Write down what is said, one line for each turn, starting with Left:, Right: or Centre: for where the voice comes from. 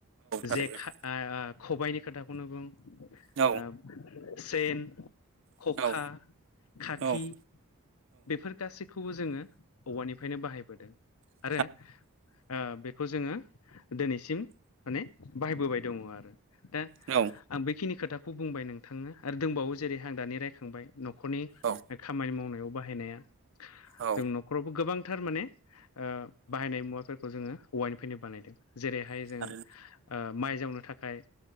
Right: औ
Left: जेखा
Right: थारैनो
Left: ओह खबायनि खोथाखौनो बुं ओ
Right: औ
Left: सेन
Right: औ
Left: ख'खा
Right: औ
Left: खाखि
Right: थारैनो औ
Left: बेफोर गासैखौबो जोङो औवानिफानो बाहायबोदों
Right: औ
Left: आरो ओ बेखौ जोङो दिनैसिम माने बाहायबोबाय दङ आरो दा
Right: औ
Left: आं बेखिनि खोथाखौ बुंबाय नोंथांनो आरो दंबावो जेरै आं दानि रायखांबाय न'खरनि
Right: औ
Left: ओ‌ खामानि मावनायाव बाहायनाया
Right: औ
Left: जों नख न'खरावबो गोबांथार माने ओ बाहायनाय मुवाफोरखौ जोङो औवानिफ्रायनो बानायदों जेरैहाय
Right: थारैनो
Left: जोङो ओ माइ जावनो थाखाय